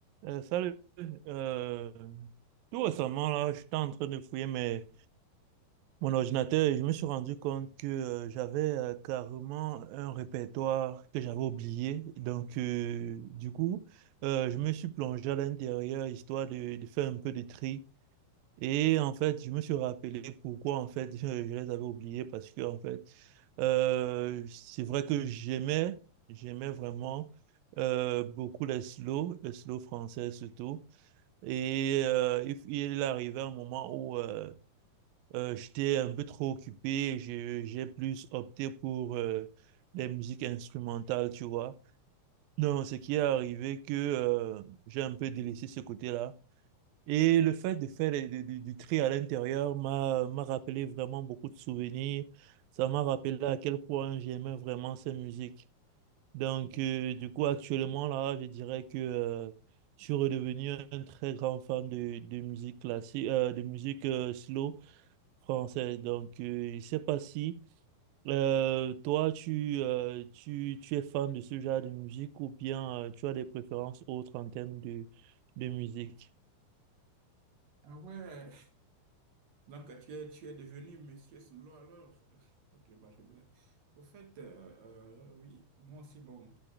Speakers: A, on the right; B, on the right.
A: Euh, salut. Euh, tout récemment, là, j'étais en train de fouiller mes- mon ordinateur et je me suis rendu compte que euh, j'avais euh, carrément un répertoire que j'avais oublié. Donc, euh, du coup, euh, je me suis plongé à l'intérieur histoire de, de faire un peu de tri. Et en fait, je me suis rappelé pourquoi en fait <laughs> je, je les avais oubliés parce que en fait, euh, c'est vrai que j'aimais, j'aimais vraiment euh, beaucoup les slow, les slow français surtout. Et euh, il, il est arrivé un moment où euh, euh, j'étais un peu trop occupé, j'ai j'ai plus opté pour euh, des musiques instrumentales, tu vois. Donc, ce qui est arrivé, que euh, j'ai un peu délaissé ce côté-là. Et le fait de faire les- du, du- du tri à l'intérieur m'a m'a rappelé vraiment beaucoup de souvenirs. Ça m'a rappelé à quel point j'aimais vraiment cette musique. Donc, euh, du coup, actuellement, là, je dirais que euh, je suis redevenu un très grand fan de, de musique classique, euh, de musique euh, slow française. Donc, euh, je ne sais pas si euh, toi, tu, euh, tu, tu es fan de ce genre de musique ou bien euh, tu as des préférences autres en termes de, de musique.
B: Ah ouais, donc tu es, tu es devenu Monsieur Solo alors. <laughs> Ok, bah je blague. Au fait, euh, euh, oui, moi aussi, bon,